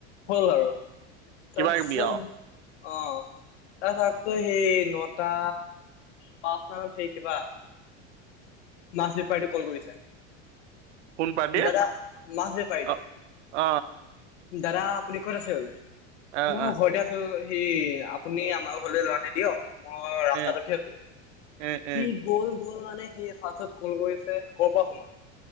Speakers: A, on the left (about 85°); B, on the right (about 80°).
A: হল আৰু,
B: কিবা
A: তাৰপিছত
B: কিবি আৰু
A: অ'। তা আকৌ সেই নটা পাঁচ মানত হে কিবা মাছ বেপাৰীটোৱে কল কৰিছে।
B: কোন পাৰ্টিৰ
A: দাদা, মাছ বেপাৰীটো।
B: অ অ
A: দাদা আপুনি ক'ত আছে বোলে।
B: অ অ
A: মও
B: অ
A: ঘৰতে আছো। সি আপ আপুনি আমাৰ ঘৰলৈ লোৱা নি দিয়ক, মই ৰাস্তাট
B: এ
A: ৰখি আছো।
B: এ
A: সি
B: এ
A: গ'ল গ'ল মানে সি ফাৰ্ষ্টত কল কৰিছে, কৰ পৰা সোমাম?